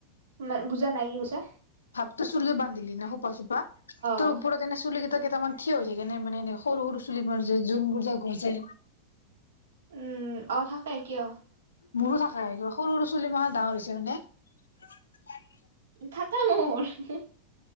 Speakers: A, on the right; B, on the left.
A: ম বুজা নাই কি কৈছা?
B: হাপ্ত চুলি বান্ধিলি ন হুপা-চুপা। তোৰ
A: অ
B: ওপৰ দিনে চুুলি কেইটামান থিয় হৈ থাকে নে মানে এনে সৰু-সৰু চুলিবোৰ যে যোনবোৰ যে গজে।
A: উম' অ' থাক থাকে অ',
B: মোৰো থাকে সৰু-সৰু ছুলি মাহ ডাঙৰ হৈছে নে নাই।
A: থাকে মোৰ।